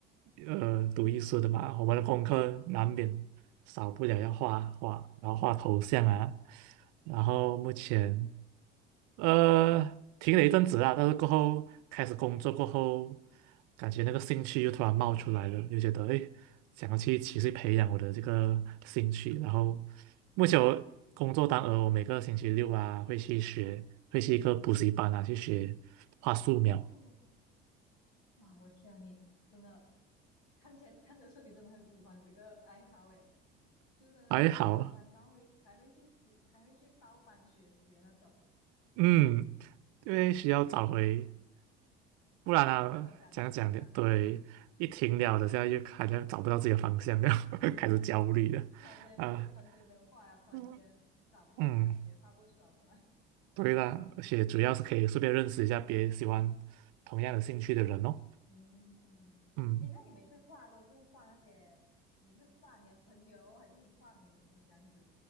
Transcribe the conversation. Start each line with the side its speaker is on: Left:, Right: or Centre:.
Right: 呃，
Left: 哦，
Right: 读艺术的嘛，我们的功课难免少不了要画画，然后画头像啊。然后目前呃，停了一阵子啦，但是过后开始工作过后，感觉那个兴趣又突然冒出来了，又觉得诶，想要去持续培养我的这个兴趣。然后目前我工作当额，我每个星期六啊会去学，
Left: 嗯，
Right: 会去一个补习班啊去学画素描，
Left: 哦，哇，我天啊你真的看起来看得出你真的很喜欢这个爱好诶。就真的是喜欢到会还会去习，
Right: 还好，
Left: 还会去包班学习的那种，
Right: 嗯，因为需要找回，
Left: 哇，
Right: 不然啊讲讲的，
Left: 那种感觉是吗？
Right: 对，一停了的，现在又好像找不到自己的方向了，<laughs> 开始焦虑了
Left: 突然间不很久没有画了，
Right: 啊。
Left: 突然间找不到感觉，
Right: 嗯嗯，
Left: 画不出来是吗？
Right: 对啦，而且主要是可以顺便认识一下别喜欢同样的兴趣的人哦。
Left: 嗯，
Right: 嗯，
Left: 诶，那你每次画都是画那些，你是画你的朋友，还是你画明星这样子